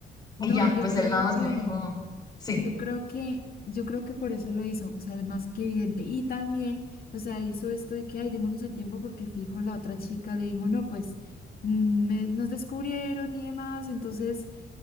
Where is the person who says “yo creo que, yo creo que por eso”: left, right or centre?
Left